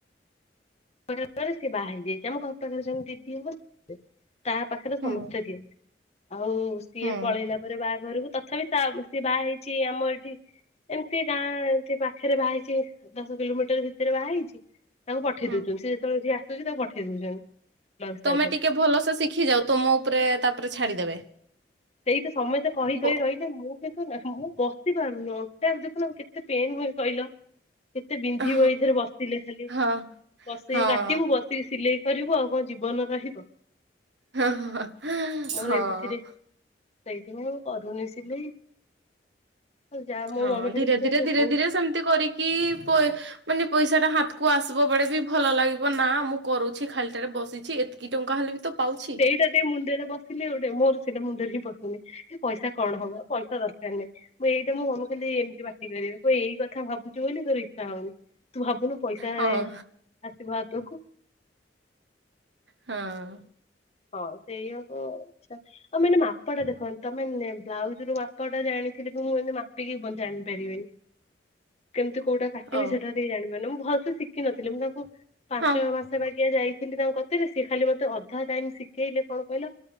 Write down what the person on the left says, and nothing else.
କୋଡିଏ ହଜାର ଟଙ୍କାରେ ସେ ବାହା ହେଇଯାଇଛି ଆମ ଘର ପାଖରେ ଜଣେ ଦିଦି ହବ ତା ପାଖରେ ସମସ୍ତେ
ଦିଅନ୍ତି। ଆଉ ସିଏ
ପଳେଇଲା ପରେ ବାହାଘରକୁ ତଥାପି ତା ସିଏ ବାହା ହେଇଛି ଆମର ଏଠି ଏମିତି ଗାଁ ଏମତି ପାଖରେ ବାହାହେଇଛି ଦଶ କିଲୋମିଟର ଭିତରେ ବାହାହେଇଛି। ତାଙ୍କୁ ପଠେଇ
ଦଉଛନ୍ତି ସ ଯେତେବେଳେ ଯି ଆସୁଛି ତାକୁ ପଠେଇ ଦଉଛନ୍ତି। ବ୍ଲାଉଜ
ତା ଦେହରେ।
ସେଇ ତ ସମସ୍ତେ କହି
କହି ରହିଲେ ମୁଁ କିନ୍ତୁ ନା ମୁଁ ବସି ପାରୁନି ଅଣ୍ଟା ଦେଖୁନ କେତେ ପେନ୍ ହୁଏ କହିଲ। କେତେ ବିନ୍ଧିବ
ଏଇଥରେ ବସିଲେ ଖାଲି,
ବସିକି
କାଟିବୁ, ବସି କି ସିଲେଇ କରିବ ଆଉ କଣ ଜୀବନ ରହିବ।
ମୋର
ଏମିତିରେ ସେଇଥିପାଇଁ ମୁ କରୁନି ସିଲେଇ। ଆଉ ଯାହା ମୋ
ମମି ଖାଲି
କହୁଛନ୍ତି
ତୁ
ହଉ
ସେଇଟା ଟିକେ ମୁଣ୍ଡରେ ପସିଲେ ଗୋଟେ ମୋର ସେଇଟା ମୁଣ୍ଡରେ ହିଁ ପଶୁନି ପଇସା କଣ ହବ ପଇସା ଦରକାର ନାହିଁ। ମୁଁ ଏଇଟା ମୋ ମମି ଖାଲି ଏମିତି ପାଟି କରିବେ କହିବେ ଏଇ କଥା ଭାବୁଛି ବୋଲି ତୋର ଇଚ୍ଛା ହଉନି। ତୁ ଭାବୁନୁ ପଇସା
ଏ ଆସିବ ହାତକୁ।
ହଁ ସେଇଆ କୁ ଇଛା ନାହିଁ। ଆଉ ମାନେ ମାପାଟା ଦେଖନ୍ତୁ ତମେ ନେ ବ୍ଲାଉଜ ରୁ ମାପ ଟା ଜାଣିଥିଲେ ବି ମୁଁ ଏମିତି ମାପିକି ଜାଣିପାରିବିନି
କେମିତି କୋଉଟା କାଟିବି
ସେଟା ଟିକେ ଜାଣିପାରୁନି, ମୁଁ ଭଲସେ ଶିଖିିନଥିଲି ମୁଁ ତାଙ୍କୁ ପାଞ୍ଚ
ମାସ ପାଇଁ। କିଆ ଯାଇଥିଲି ତାଙ୍କ କତିରେ ସିଏ ଖାଲି ମତେ ଅଧା ଟାଇମ୍ ଶିଖେଇଲେ କଣ କହିଲ